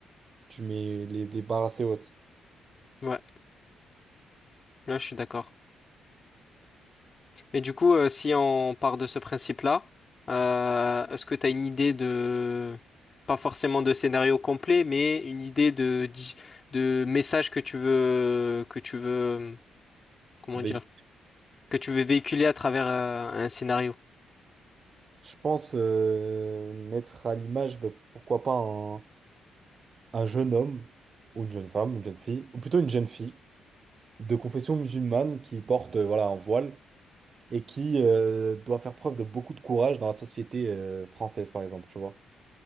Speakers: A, on the right; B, on the left.
A: Tu mets les, les barres assez hautes.
B: Ouais, là, je suis d'accord. Mais du coup, euh, si on part de ce principe-là, euh, est-ce que tu as une idée de, pas forcément de scénario complet, mais une idée de, di- de message que tu veux, que tu veux, comment
A: Avec,
B: dire, que tu veux véhiculer à travers euh, un scénario?
A: je pense euh, mettre à l'image, bah, pourquoi pas un, un jeune homme, ou une jeune femme, une jeune fille, ou plutôt une jeune fille, de confession musulmane qui porte euh, voilà, un voile et qui euh, doit faire preuve de beaucoup de courage dans la société euh, française, par exemple, tu vois.